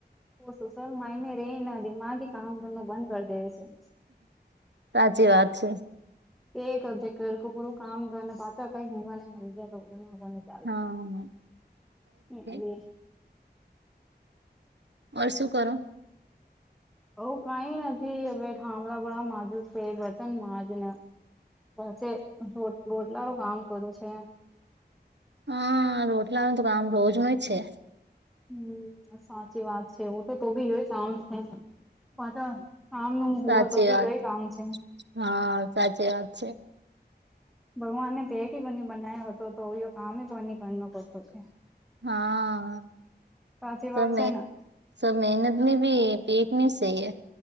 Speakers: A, in the centre; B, on the right.
A: સોશયલ માઇડ રહીને દિમાગી કામ કરનું બંધ કરી દેવે છે.
B: સાચી વાત છે.
A: એ કબજે કર પૂરું કામ કર ને પાછા કઈ હવાને મળી જતો.
B: હા.
A: ચાલે
B: <unintelligible> ઓર શું કરો?
A: એ કઈ નથી હવે હામણા ભળા માજુ છે બર્તન માંજ ને પછે ર રોટલાારું કામ કરું છે.
B: હા રોટલાનું હતું ગામ રોજ નય છે.
A: હમ્મ સાચી વાત છે ઓછું તો ભી હોય કામ છે. પછ આમ ન હોવો
B: સાચી
A: તો બી
B: વાત
A: ય કામ છે.
B: હા સાચી વાત છે.
A: ભગવાનને પેટ કોની બનાવ્યો હતો તો કામ કોની કર કરતો છે.
B: હા
A: સાચી
B: સમે
A: વાત છે ને
B: સબ મહેનતની ભી પીટની સહી.